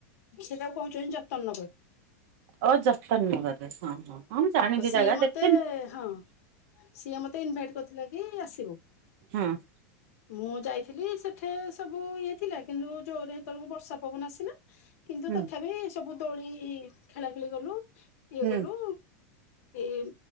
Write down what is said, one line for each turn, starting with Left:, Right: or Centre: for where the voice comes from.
Left: ସେଟାକୁ କହୁଚନ୍ତି ଜତନ ନଗର।
Right: ଅ ଜତନ୍ ନଗର ରେ ହଁ ହଁ ହଁ ମୁଁ ଜାଣିଚି
Left: ତ ସିଏ
Right: ଜାଗା ଦେଖ
Left: ମତେ ଏ ଏ ହଁ ସିଏ ମତେ ଇନଭାଇଟ କରିଥିଲା କି ଆସିବୁ।
Right: ହଁ
Left: ମୁଁ ଯାଇଥିଲି ସେଠେ ସବୁ ଇଏ ଥିଲା କିନ୍ତୁ ଜୋରରେ ହେତବେଳକୁ ବର୍ଷା ପବନ ଆସିଲା। କିନ୍ତୁ
Right: ହୁଁ
Left: ତଥାବି ସବୁ ଦୋଳି ଖେଳା ଖେଳି କଲୁ ଇଏ
Right: ହୁଁ
Left: କଲୁ ଏଇ